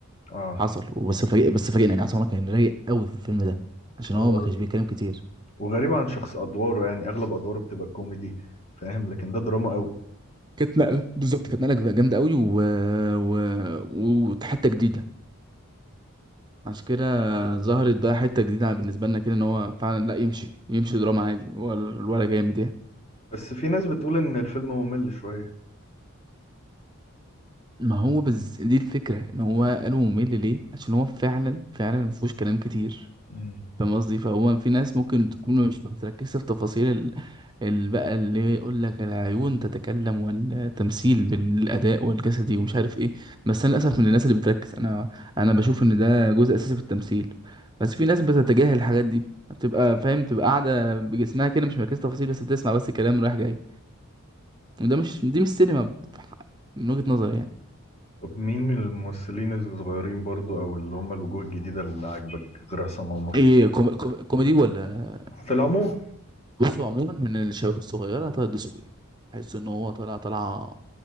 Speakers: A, on the left (about 30°); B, on the right (about 20°).
A: اه
B: حصل وبس فاجئ بس فاجئنا يعني عصام عمر كان رايق قوي في الفيلم ده عشان
A: و-
B: هو ما كانش بيتكلم كتير
A: وغريبة عن شخص ادواره يعني اغلب ادواره بتبقى كوميدي فاهم لكن ده دراما قوي
B: كانت نقلة بالظبط كانت نقلة جامدة قوي و... و... وحتة جديدة عشان كده ظهرت بقى حتة جديدة بالنسبة لنا كده ان هو فعلا لا يمشي يمشي دراما عادي هو ال- الولا جامد يعني
A: بس في ناس بتقول ان الفيلم ممل شوية
B: ما هو بز... دي الفكرة ان هو قالوا ممل ليه عشان هو فعلا فعلا مفهوش كلام كتير
A: مم.
B: فاهم قصدي فهو في ناس ممكن تكون مش بتركز في تفاصيل ال... ال- بقى اللي يقول لك العيون تتكلم والتمثيل بالاداء والجسدي ومش عارف ايه بس انا للاسف من الناس اللي بتركز انا انا بشوف ان ده جزء اساسي في التمثيل بس في ناس بتتجاهل الحاجات دي بتبقى فاهم تبقى قاعده بجسمها كده مش مركزه تفاصيل بس بتسمع بس كلام رايح جاي وده مش دي مش سينما في ح- من وجهة نظري يعني
A: طب مين من الممثلين الصغيرين برضو او اللي هم الوجوه الجديدة اللي عاجبك غير عصام عمر
B: ايه كوم... كوم... كوميدي ولا
A: في العموم
B: بصوا عموما من الشباب الصغيره طه الدسوقي بحس ان هو طالع طالعه